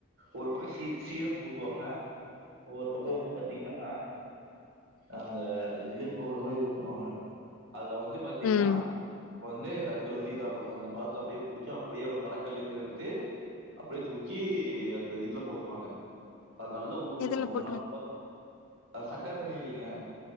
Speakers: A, on the right; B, on the left.
A: ஒரு பக்கோ சீ சீரம் ஊத் வாங்க ஒவ்வொரு பக்கோ
B: ம்
A: வந்து பாத்தீங்கன்னா அந் இந்த ஜிலேபி பவுடரு மாரி இருக்குதுன்னு வாங்க அதுல வந்து பாத்தீங்கன்னா
B: ம்
A: ஒன்னு லட்டு வந்து இதாகோ அந்த பாத்த அப்டியே புழுஞ்சி அப்படியே வந்து வடக்கல்ல இருந்து எடுத்து அப்டியே தூக்கி அந்த இதுல போட்ருவாங்க அது நல்ல ஊரு
B: எதுல
A: ஒரு
B: போட்ற
A: ஹவர் பாத்து அ சக்க தண்ணி இல்லைங்க